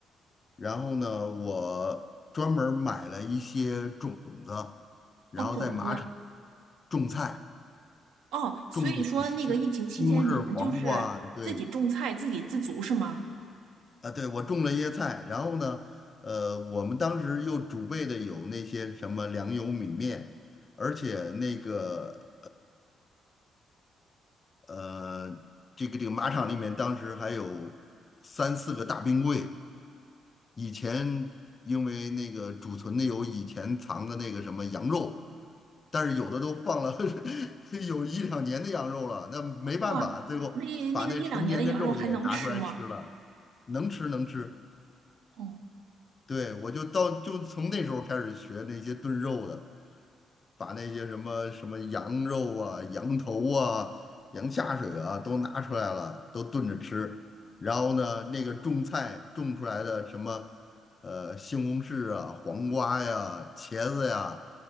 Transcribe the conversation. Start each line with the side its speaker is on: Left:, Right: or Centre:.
Left: 然后呢，我专门儿买了一些种子，然后在马场
Right: 哦，种子。
Left: 种菜，
Right: 哦，所以说那个疫情期间，
Left: 种的有西西红柿、
Right: 你们就是自己种菜，
Left: 黄瓜啊，对，
Right: 自给自足是吗？
Left: 啊，对，我种了一些菜。然后呢，呃，我们当时又储备的有那些什么粮油米面，而且那个呃，这个这个马场里面当时还有三四个大冰柜。以前因为那个储存的有以前藏的那个什么羊肉，但是有的都放了 <laughs> 有一两年的羊肉了，那没办法，
Right: 哇，
Left: 最后把那陈年的肉也拿出来吃了，
Right: 那那个一两年的羊肉还能吃吗？
Left: 能吃能吃。
Right: 哦。
Left: 对，我就到就从那时候开始学那些炖肉的，把那些什么什么羊肉啊、羊头啊、羊下水啊都拿出来了，都炖着吃。然后呢，那个种菜种出来的什么呃西红柿啊、黄瓜呀、茄子呀，